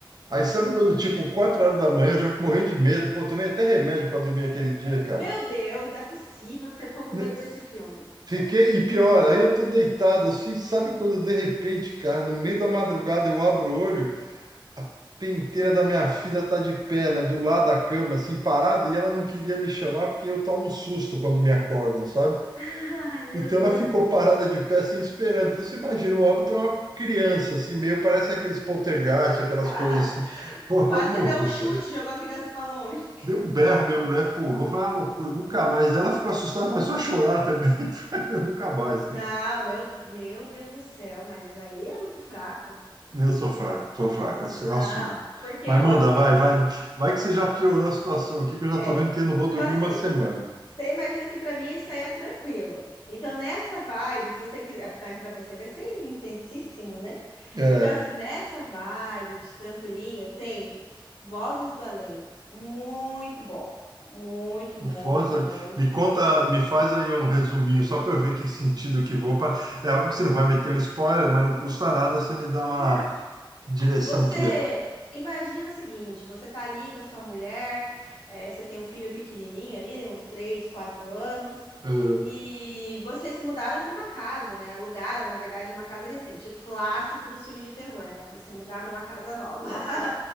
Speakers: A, on the right; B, on the left.
A: Aí sabe quando, tipo, quatro horas da manhã, eu já morri de medo. Pô, tomei até remédio para dormir aquele dia, cara.
B: Meu Deus, não é possível que você ficou com
A: Ne-
B: medo desse filme.
A: Fiquei, e pior, aí eu tô deitado, assim, sabe quando, de repente, cara, no meio da madrugada eu abro o olho, a penteira da minha filha tá de perna, do lado da cama, assim, parada, e ela não queria me chamar porque eu tomo susto quando me acordam, sabe?
B: <laughs> Ai, meu
A: Então
B: Deus.
A: ela ficou parada de pé, assim, esperando. Então você imagina, o óbito é uma criança, assim, meio parece aqueles poltergeist, aquelas
B: <laughs>
A: coisas assim. Pô,
B: Quase
A: quase morri,
B: você deu um chute,
A: cara.
B: jogou a criança pra longe.
A: Deu um berro, minha mulher pulou, foi uma loucura, nunca mais. Ela ficou assustada, começou a chorar também. <laughs> Eu nunca mais,
B: Não,
A: cara.
B: meu, meu Deus do céu, mas aí é muito fraco.
A: Eu sou fraco, sou fraco, eu
B: Não,
A: assumo.
B: porque,
A: Mas
B: ó,
A: manda, vai, vai. Vai que você já piorou a situação aqui, que eu já
B: é,
A: tô vendo
B: é.
A: que eu não vou
B: Então,
A: dormir
B: assim,
A: uma semana.
B: Você imagina que pra mim isso aí é tranquilo. Então, nessa vibe, se você quiser, mas para você vai ser intensíssimo, né?
A: É,
B: Então, assim, nessa vibe de tranquilinho, tem Vozes do Além. Muito bom. Muito, muito,
A: Foz,
B: muito.
A: me conta, me faz aí um resuminho, só para eu ver que sentido que vou. Pra... É óbvio que você não vai meter um spoiler, mas não custa nada você me dar uma
B: Cara,
A: que direção
B: Você
A: que é.
B: imagina o seguinte: você tá ali com a sua mulher, eh, você tem um filho pequenininho ali, uns 3, 4 anos,
A: Eh,
B: e vocês se mudaram para uma casa, né? Alugaram, na verdade, uma casa recente, clássico dos filmes de terror, né? Você mudar para uma casa nova. <laughs>